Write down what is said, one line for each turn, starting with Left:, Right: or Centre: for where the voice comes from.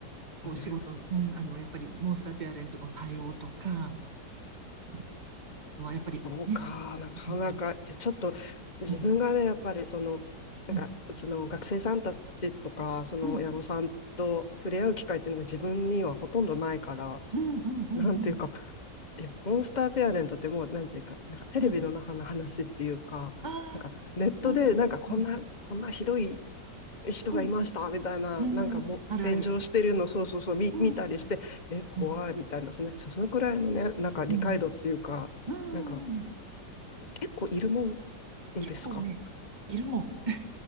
Right: こう、
Left: そうね。
Right: 仕事、うん、あの、やっぱりモンスターペアレントの対応とか、うんあとはやっぱりね、
Left: そうか、なかなか、
Right: うん、
Left: いや、ちょっと自分がね、
Right: うん、
Left: やっぱりその、なんか、
Right: うん、
Left: その学生さんたちとか、その親御さんと触れ合う機会っていうのが自分にはほとんどないから、
Right: うん、うん、うん、うん、うん。
Left: なんていうか、
Right: うん
Left: いや、モンスターペアレントってもう、なんていうか、なんかテレビの中の話っていうか、
Right: うん。ああ、
Left: なんかネットで、
Right: うん、
Left: なんかこんな、
Right: うん、
Left: こんなひどい人がいましたみたいな、
Right: うん、うん、
Left: なんかもう炎上してるの、
Right: あるある。
Left: そうそうそう、見、
Right: うん。
Left: 見たりして、え、怖いみたいな、
Right: うん、
Left: その、そのくらいのね、なんか理解度っていうか、
Right: うん、うん、
Left: なんか、
Right: うん。
Left: 結構いるもんですか
Right: 結構ね、いるもん。